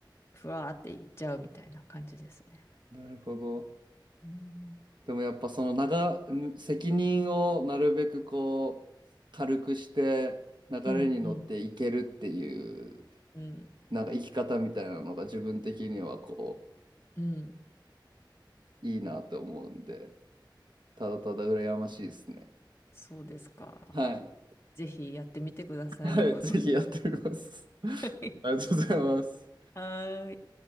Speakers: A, on the left (about 30°); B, on the right (about 70°).
A: ふわーっていっちゃうみたいな感じですね。
B: なるほど。
A: うん、
B: でもやっぱその長ん責任をなるべくこう軽くして流れに乗っていけるっていう
A: うん、うんうん、
B: なんか生き方みたいなのが自分的にはこう。
A: うん、
B: いいなと思うんで、ただただ羨ましいですね。
A: そうですか。
B: はい。
A: ぜひやってみてくださいよ。
B: はい、ぜひやってみます。<laughs>
A: <laughs>
B: ありがとうございます。
A: はーい。